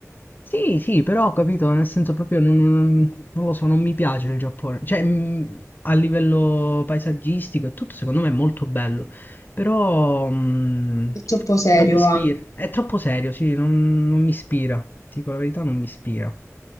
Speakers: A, on the left; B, on the left.
A: Sì, sì, però ho capito, nel senso proprio non, non- non lo so, non mi piace il Giappone. Cioè, mh, a livello paesaggistico e tutto, secondo me è molto bello, però mh,
B: È troppo serio,
A: non mi ispira.
B: va. Non
A: È troppo serio, sì, non, non mi ispira. Ti dico la verità, non mi ispira.